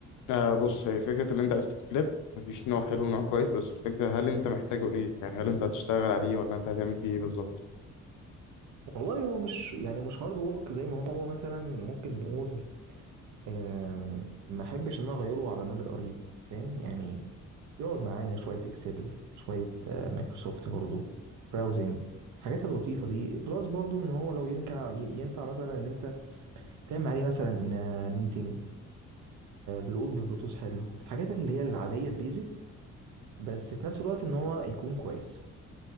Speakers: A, on the left; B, on the right.
A: آه بص هي فكرة اللي انت عايز تكليب مفيش نوع حلو ونوع كويس بس الفكرة هل انت محتاجه ليه يعني هل انت هتشتغل عليه ولا انت هتعمل بيه ايه بالظبط
B: والله هو مش يعني مش هارد وورك زي ما هو مثلا ممكن نقول آم، ما احبش ان انا اغيره على المدى القريب فاهم يعني يقعد معايا شويه اكسل شويه آه، مايكروسوفت برضو براوزنج الحاجات اللطيفه دي بلس برضو ان هو لو ينفع ينفع مثلا ان انت تعمل عليه مثلا ميتنج القط ببلوتوث حلو الحاجات اللي هي العادية البيزك بس في نفس الوقت ان هو يكون كويس